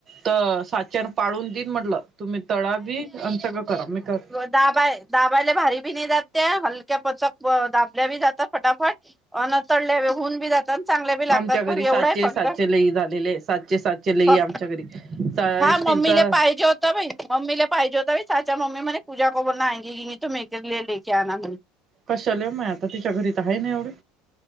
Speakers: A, on the right; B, in the centre.
A: तर साच्यान पाळून दिन म्हटलं तुम्ही तळा बी आणि सगळं करा मी कर
B: दाबा दाबायला भारी बी नाही जाते हलक्या पचक दाबल्या बी जातात फटाफट. अन तळले व होऊन बी जातात. चांगल्या बी लागतात
A: आमच्या घरी
B: पण एवढं
A: साचे
B: आहे फक्त
A: साचे लई झालेले साचे साचे लई
B: फक्त
A: आमच्या घरी.
B: हा
A: स्टीलचा
B: मम्मीला पाहिजे हो होता म्ममीले पाहिजे होताीचाचा मम्मी मणे पूजा को बोलना आयंगी तो मेरे लिये लेके आना.
A: कशाल माय आता तिच्या घरीत आहे ना एवढं.